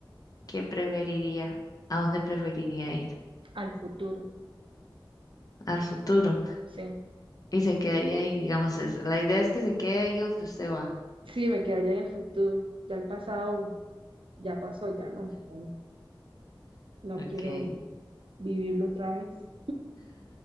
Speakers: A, on the left; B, on the right.
A: ¿qué preferiría? ¿A dónde preferiría ir?
B: Al futuro,
A: Al futuro.
B: sí.
A: Y se quedaría ahí, digamos, es- la idea es que se quede ahí donde usted va.
B: Sí, me quedaría en el futuro. Ya el pasado, ya pasó, ya no. ya no, no
A: Ok.
B: quiero vivirlo otra vez.